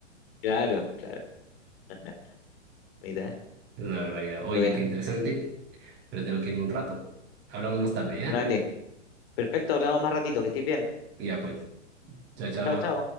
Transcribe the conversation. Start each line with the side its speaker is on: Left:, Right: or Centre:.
Left: Claro, claro. <laughs> Mira,
Right: es una barbaridad. Oye,
Left: qué bueno.
Right: qué interesante, pero tengo que irme un rato. Hablamos más tarde, ¿ya?
Left: Vale, perfecto, hablamos más ratito, que estés bien.
Right: Ya, pues, chao, chao.
Left: Chao, chao.